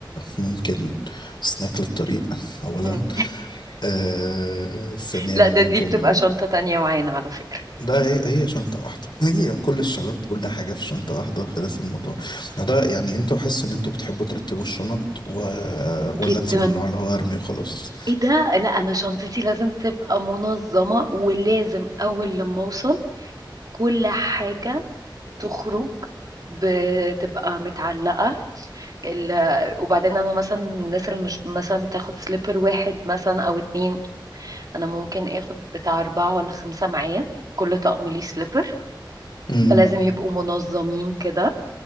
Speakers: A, on the left (about 60°); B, on the right (about 50°).
A: ممكن سناك للطريق أولا
B: مم.
A: آه ثانيا
B: لا
A: ممكن
B: ده دي بتبقى شنطة تانية معانا على فكرة
A: ده هي هي شنطة واحدة هي كل الشباب كل حاجة في شنطة واحدة خلاص الموضوع ما ده يعني انتوا حاسس إن انتوا بتحبوا ترتبوا الشنط و...
B: جدا
A: ولا انت من النوع اللي هو أرمي وخلاص
B: ايه ده لا انا شنطتي لازم تبقى منظمة ولازم اول لما اوصل كل حاجة تخرج بتبقى متعلقة ال... وبعدين انا مثلا من الناس اللي مش مثلا بتاخد سليبر واحد مثلا او اتنين انا ممكن اخد بتاع اربعة ولا خمسة معايا كل طقم ليه سليبر
A: امم
B: فلازم يبقوا منظمين كده